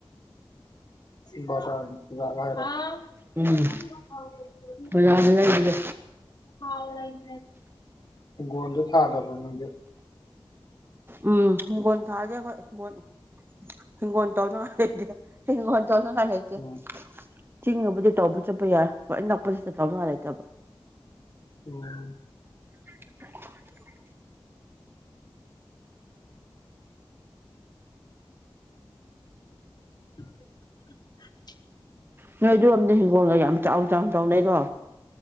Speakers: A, on the left; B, on the right.
A: ꯕꯖꯥꯔꯒꯤ ꯆꯨꯖꯥꯛ ꯍꯥꯏꯔꫭ
B: ꯎꯝ
A: ꯎꯝ
B: ꯕꯖꯥꯔꯗ ꯂꯩꯕꯗꯣ
A: ꯊꯥꯎ ꯂꯩ <unintelligible> ꯍꯤꯡꯒꯣꯟꯗꯣ ꯊꯥꯗꯕ ꯅꯪꯗꯤ
B: ꯎꯝ ꯍꯤꯡꯒꯣꯟ ꯊꯥꯗꯦ ꯑꯩꯈꯣꯏ ꯍꯤꯡꯒꯣꯟ ꯍꯤꯡꯒꯣꯟ ꯇꯧꯅ ꯉꯥꯏ ꯂꯥꯇꯦ ꯍꯤꯡꯒꫭꯟ ꯇꯧꯅꯉꯥꯏ ꯂꯩꯇꯦ
A: ꯎꯝ
B: ꯆꯤꯡꯉꯕꯨꯗꯤ ꯇꯧꯕ ꯆꯠꯄ ꯌꯥꯏ ꯍꯣꯏ ꯅꯛꯄꯁꯤꯗ ꯇꯥꯎꯅꯤꯡꯉꯥꯏ ꯂꯩꯇꯕ
A: ꯎꯝ
B: <inaudible>
A: <inaudible>
B: ꯅꯣꯏ ꯑꯗꯨ ꯔꫭꯝꯗ ꯍꯤꯡꯒꯣꯜꯒ ꯌꯥꯝ ꯆꯥꯎꯅ ꯆꯥꯎꯅ ꯇꯧꯅꯩꯀꯣ